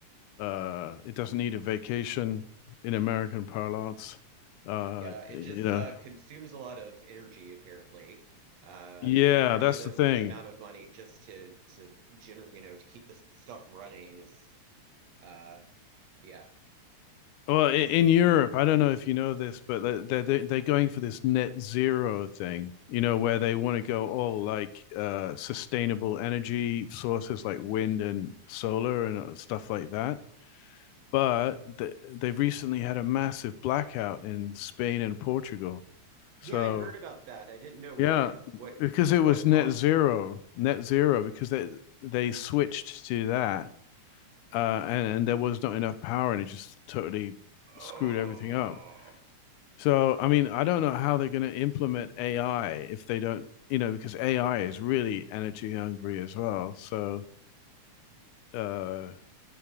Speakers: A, on the left; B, on the right.
A: uh, it doesn't need a vacation in American parlance. Uh,
B: Yeah, it
A: you
B: just
A: know.
B: uh, consumes a lot of energy apparently. Uh,
A: Yeah,
B: apparently
A: that's
B: the,
A: the thing.
B: the amount of money just to, to generate, you know, to keep this stuff running is, uh, yeah.
A: Well, i- in Europe, I don't know if you know this, but they- are they're they're going for this net zero thing, you know, where they want to go all like uh, sustainable energy sources like wind and solar and uh, stuff like that. But th they've recently had a massive blackout in Spain and Portugal.
B: Yeah,
A: So
B: I heard about that. I didn't know what
A: yeah,
B: what
A: because
B: was
A: it was
B: what
A: net
B: caused
A: zero,
B: it.
A: net zero, because they they switched to that, uh, and and there was not enough power, and it just totally
B: Oh,
A: screwed everything up. So, I mean, I don't know how they're going to implement AI if they don't, you know, because AI is really energy hungry as well. So, uh,